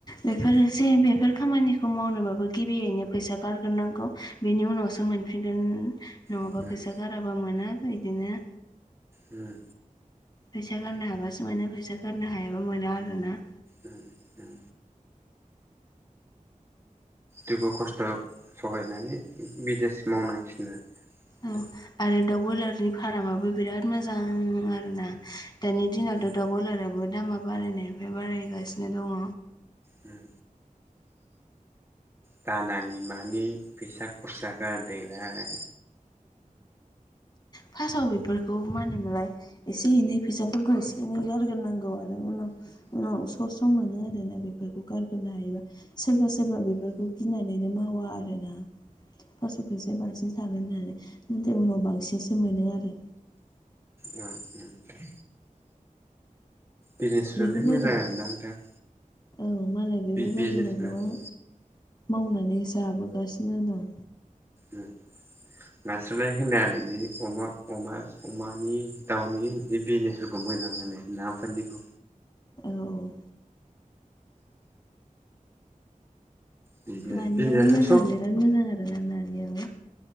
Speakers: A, on the left; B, on the right.
A: बेफोरनोसै बेफोर खामानिखौ मावनोबाबो गिबियैनो फैसा गारग्रोनांगौ। बेनि उनावसो मोनफिनगोन नङाबा
B: उम
A: फैसा गाराबा मोना बिदिनो
B: उम।
A: फैसा गारनो हाबासो मोनो फैसा गारनो हायाबा मोना आरोना।
B: उम उम। दुखु खस्थ' सहायनानै बिदेश मावनांसिगोन आरो। नोंथां।
A: औ आरो दाउ बयलारनि फारामाबो बिराद मोजां आरो ना। दानि दिनावथ'
B: उम
A: दाव बयलाराबो दामा बारायनायनिफ्राय बारायगासिनो दङ।
B: उम। दानानि मानि फैसा खरसा गारदोलाय।
A: फार्स्टआव बेफोरखौ मा होनोमोनलाय एसे एनै फैसाफोरखौ एसे एनै गारग्रोनांगौ आरो उनाव उनाव स' स्र' मोनो आरोना बेफोरखौ गारग्रोनो हायोबा। सोरबा सोरबा बेफोरखौ गिनानैनो मावा आरोना। फासआव फैसाया बांसिन थांगोन होननानै नाथाय उनाव बांसिनसो मोनो आरो।
B: उम उम दे। बिजनेसफ्रालाय
A: बेफोरबायदि
B: मोजां आरोना नोंथां।
A: औ मालाय बेफोरबायदिनो
B: बिजनेसफ्रालाय
A: गोबां मावनानै जाबोगासिनो दं
B: उम नास्रलाय होनो आरो बिदि अमा अमा अमानि दाउनि बिदि बे बिजनेस खौ मोजां होनो नाफोरनिखौ
A: औ
B: बिजनेस
A: नानियाबो
B: बिजनेसलाय
A: मोजां
B: सब
A: बिराद मोजां आरोना नानियाबो